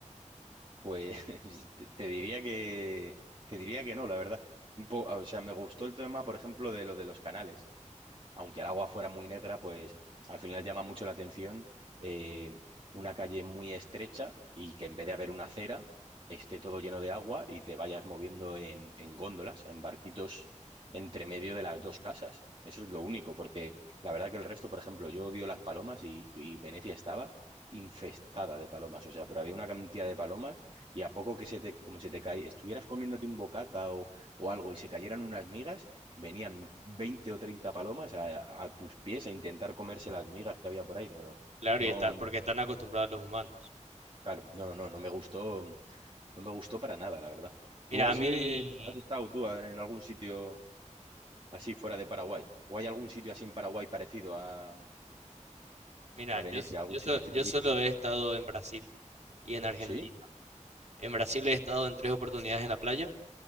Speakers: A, on the right; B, on the right.
A: Pues <laughs> te, te diría que te diría que no, la verdad. Un po- o sea, me gustó el tema, por ejemplo, de lo de los canales, aunque el agua fuera muy negra, pues al final llama mucho la atención eh, una calle muy estrecha y que en vez de haber una acera, esté todo lleno de agua y te vayas moviendo en, en góndolas, en barquitos entre medio de las dos casas. Eso es lo único, porque la verdad que el resto, por ejemplo, yo odio las palomas y, y Venecia estaba infestada de palomas, o sea, pero había una cantidad de palomas y a poco que se te, como se te cae, estuvieras comiéndote un bocata o, o algo y se cayeran unas migas, venían 20 o 30 palomas a, a tus pies a intentar comerse las migas que había por ahí. No, no,
B: Claro,
A: no,
B: y está, No, porque están acostumbrados los humanos.
A: claro, no, no, no, no me gustó, no me gustó para nada, la verdad. ¿Tú
B: Mira,
A: has,
B: a bueno,
A: has
B: mí,
A: estado tú en algún sitio así fuera de Paraguay? ¿O hay algún sitio así en Paraguay parecido a,
B: mira,
A: a Venecia,
B: yo, s-
A: algún
B: yo, so-
A: sitio así
B: yo
A: turístico?
B: solo he estado en Brasil y en Argentina.
A: ¿Sí?
B: En Brasil he estado en tres oportunidades en la playa,